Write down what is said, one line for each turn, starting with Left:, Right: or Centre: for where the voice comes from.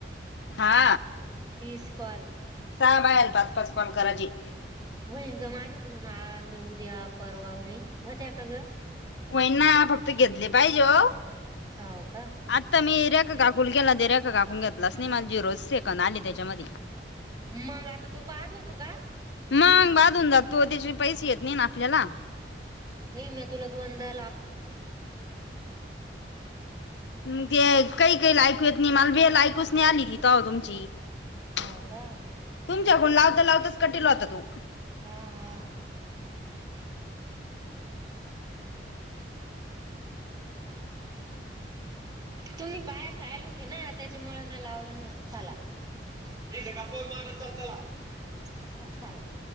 Left: हा.
Right: तीस कॉल.
Left: सहा बायल पाच पाच कॉल कराची.
Right: होईन ग माझ्याकडून आज, उद्या, परवा होईन होत्या का ग?
Left: होई ना फक्त घेतले पाहिजे ओ
Right: हाव का
Left: आता मी काकूल केेला दर रेखा काकून घेतला स् निमाल जी रोज सेकन आली त्याच्यामध्ये
Right: मग आता तू बाद होतो का?
Left: मग बाधून जात तो त्याचे पैसे येत नाही ना आपल्याला
Right: बई म तुला दोनदा
Left: मग ते काही काही लायकू येत नाही मालभी ऐकूच नाही आली तिथ तुमची
Right: हाव
Left: तुमच्याकून
Right: का?
Left: लावता लावताच कटि होता तू
Right: हा हा. ह <inaudible> मी बाहेर जायल होती ना त्याच्यामुळें नाही लावलं ना चला. न स कप मार चदला <inaudible> हा चला.